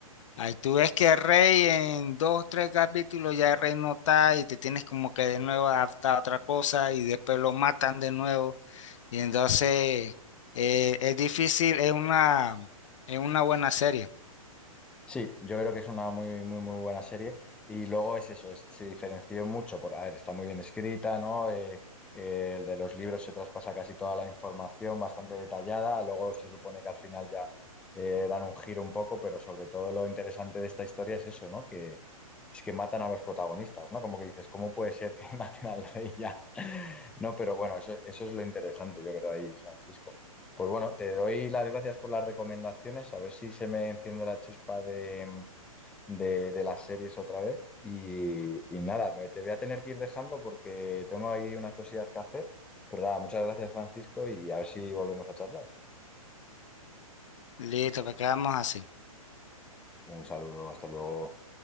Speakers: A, on the left (about 55°); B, in the centre.
A: Ahí tú ves que Rey en dos, tres capítulos ya Rey no está y te tienes como que de nuevo adaptar a otra cosa y después lo matan de nuevo. Y entonces eh, es difícil, es una, es una buena serie.
B: Sí, yo creo que es una muy, muy, muy buena serie. Y luego es eso, es- se diferenció mucho por, a ver, está muy bien escrita, ¿no? Eh, eh, el de los libros se traspasa casi toda la información, bastante detallada. Luego se supone que al final ya eh, dan un giro un poco, pero sobre todo lo interesante de esta historia es eso, ¿no? Que es que matan a los protagonistas, ¿no? Como que dices, ¿cómo puede ser que <laughs> maten al rey ya? <laughs> No, pero bueno, eso, eso es lo interesante, yo creo, ahí, Francisco. Pues bueno, te doy las gracias por las recomendaciones. A ver si se me enciende la chispa de, de- de las series otra vez. Y, y nada, me- te voy a tener que ir dejando porque tengo ahí unas cosillas que hacer. Pero nada, muchas gracias, Francisco, y a ver si volvemos a charlar.
A: Listo, pues quedamos así.
B: Un saludo, hasta luego.